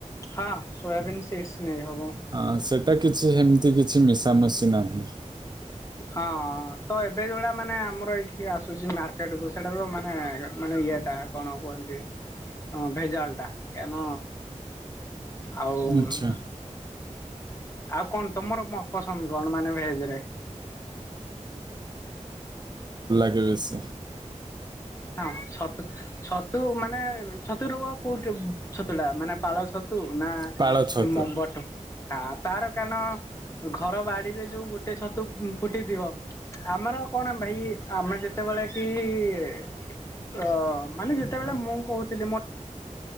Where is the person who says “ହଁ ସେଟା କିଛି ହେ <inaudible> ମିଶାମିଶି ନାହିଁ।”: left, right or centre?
Right